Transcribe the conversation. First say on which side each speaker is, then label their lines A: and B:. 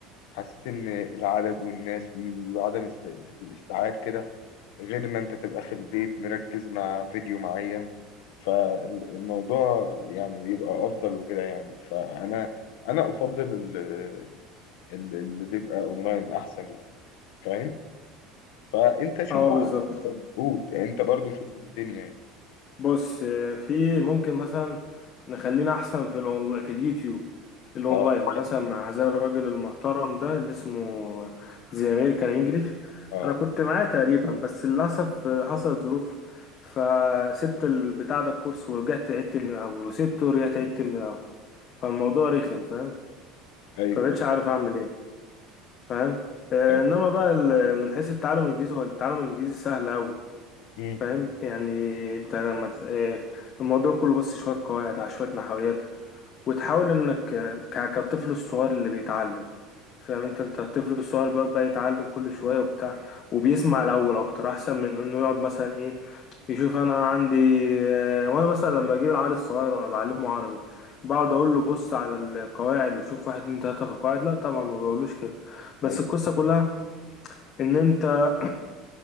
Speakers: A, on the left; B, on the left.
A: حسيت ان العدد والناس وي- وعدم است- الاستيعاب كده غير ما انت تبقى في البيت مركز مع فيديو معين فالموضوع يعني بيبقى افضل وكده يعني فانا انا افضل ال- ال- اللي بيبقى اونلاين احسن يعني فاهم فانت شوف
B: اه
A: بقى
B: بالظبط
A: قول انت برضو شوف الدنيا يعني
B: بص آه، في ممكن مثلا نخلينا احسن في الأون... في اليوتيوب الاونلاين
A: اه
B: مثلا مع هذا الراجل المحترم ده اللي اسمه زي امريكان انجليش
A: اه
B: انا كنت معاه تقريبا بس للاسف آه، حصلت ظروف فسبت البتاع ده الكورس ورجعت عدت من الاول وسبته ورجعت عدت من الاول فالموضوع رخم فاهم
A: ايوه
B: فمبقتش
A: ايوه
B: عارف اعمل ايه فاهم آه
A: ايوه
B: انما بقى ال- من حيث التعلم الانجليزي هو التعلم الانجليزي سهل قوي
A: مم.
B: فاهم يعني انت لما ت- آه الموضوع كله بس شويه قواعد على شويه نحويات وتحاول انك آه، ك- كالطفل الصغير اللي بيتعلم فاهم انت انت الطفل الصغير بيقعد بقى يتعلم كل شوية وبتاع وبيسمع الأول أكتر أحسن من إنه يقعد مثلا إيه يشوف أنا عندي اه، وأنا مثلا لما أجيب العيال الصغير أنا بعلمه عربي بقعد أقول له بص على القواعد وشوف واحد اتنين تلاتة في القواعد لا طبعا ما بقولوش كده بس
A: أيوة.
B: القصة كلها إن أنت